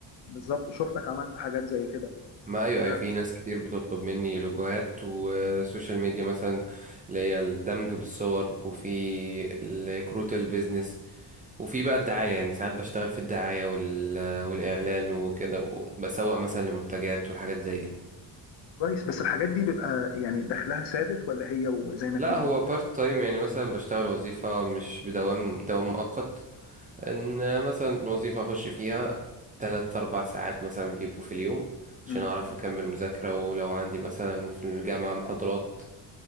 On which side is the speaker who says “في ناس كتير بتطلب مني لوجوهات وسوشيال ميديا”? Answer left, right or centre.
Right